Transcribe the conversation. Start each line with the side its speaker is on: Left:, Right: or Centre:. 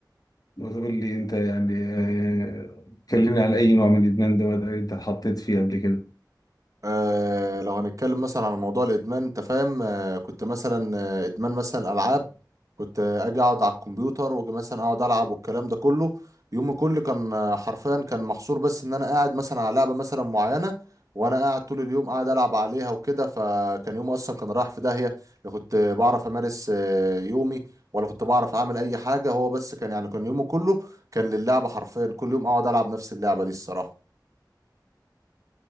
Left: وتقول لي انت يعني آه، كلمني على اي نوع من الادمان ده وده انت اتحطيت فيه قبل كده
Right: آه لو هنتكلم مثلا عن موضوع الادمان انت فاهم آه كنت مثلا آه ادمان مثلا العاب كنت آه اجي اقعد على الكمبيوتر واجي مثلا اقعد العب والكلام ده كله يومي كله كان آه حرفيا كان محصور بس ان انا قاعد مثلا على لعبه مثلا معينه وانا قاعد طول اليوم قاعد العب عليها وكده فكان يومي اصلا كان رايح في داهيه لا كنت بعرف امارس آه يومي ولا كنت بعرف اعمل اي حاجه هو بس كان يعني كان يومي كله كان للعبه حرفيا كل يوم اقعد العب نفس اللعبه دي الصراحه